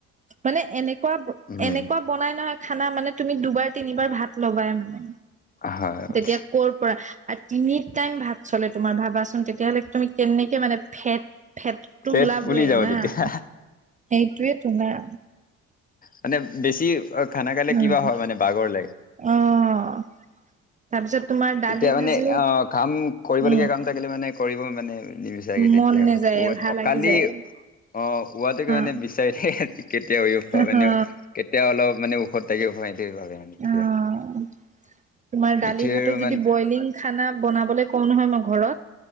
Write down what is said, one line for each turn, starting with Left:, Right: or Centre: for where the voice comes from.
Right: মানে, এনেকুৱা-এনেকুৱা
Left: উম
Right: বনাই নহয়, খানা মানে, তুমি দুবাৰ-তিনিবাৰ ভাত ল'বাই মানে।
Left: হয়! মানে
Right: তেতিয়া ক'ৰপৰা, তিনি টাইম ভাত চলে তোমাৰ। ভাবাচোন, তেতিয়াহ'লে তুমি কেনেকে মানে, ফেট-ফেটটো
Left: পেট
Right: ওলাবই
Left: ফুলি যাব
Right: না!
Left: তেতিয়া
Right: সেইটোৱে তোমাৰ
Left: মানে বেছি খানা খালে
Right: উম
Left: কিবা হয় মানে, বাঘৰ লাগ।
Right: অ'। তাৰপিছত তোমাৰ দালি
Left: তেতিয়া মানে
Right: ভাজিও
Left: অ, কাম কৰিবলগীয়া
Right: উম
Left: কাম থাকিলে মানে, কৰিব মানে নিবিচাৰগে
Right: মন
Left: তেতিয়া আৰু
Right: নাযায় এলাহ লাগি
Left: কালি
Right: যায়
Left: অ, ৱটোকে
Right: অ
Left: মানে বিচাৰি থে কেতিয়া উ প
Right: অ
Left: মানে কেতিয়া অলপ মানে ঔষধ তাকে হোৱা টোৱে ভাবে। মানে তেতিয়া
Right: অ', তোমাৰ দালি
Left: এতিয়া
Right: ভাতো
Left: আৰু
Right: যদি
Left: মানে
Right: বইলিং খানা বনাবলৈ কওঁ নহয় মই ঘৰত।